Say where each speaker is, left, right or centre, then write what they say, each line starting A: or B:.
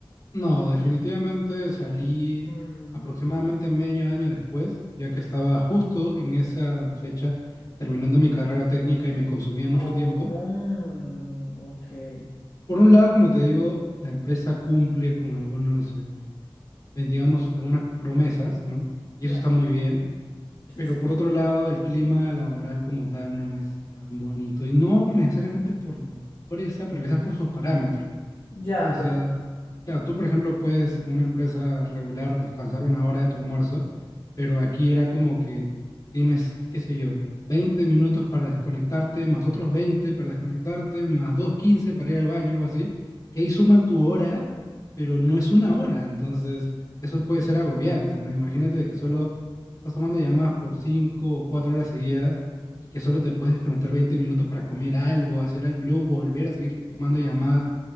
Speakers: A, on the left; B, on the left.
A: no, definitivamente salí
B: Mm.
A: aproximadamente medio año después, ya que estaba justo en esa fecha terminando mi carrera técnica y me consumía mucho
B: Oh,
A: tiempo.
B: ok,
A: Por un lado, como te digo, la empresa cumple con algunos, eh, ven- digamos, algunas promesas, ¿no? Y eso
B: ya,
A: está muy bien.
B: sí,
A: Pero
B: sí,
A: por otro lado, el clima laboral como tal no es tan bonito. Y no necesariamente por la empresa, pero quizás por sus parámetros.
B: ya,
A: ¿no? O sea,
B: ya.
A: claro, tú, por ejemplo, puedes en una empresa regular descansar una hora de tu almuerzo, pero aquí era como que tienes, qué sé yo, 20 minutos para desconectarte, más otros 20 para desconectarte, más 2 15 para ir al baño, algo así, que ahí suman tu hora, pero no es una hora, entonces eso puede ser agobiante, ¿no? Imagínate que solo estás tomando llamadas por 5 o 4 horas seguidas. y que solo te puedes desconectar 20 minutos para comer algo, hacer algo y luego volver a seguir tomando llamadas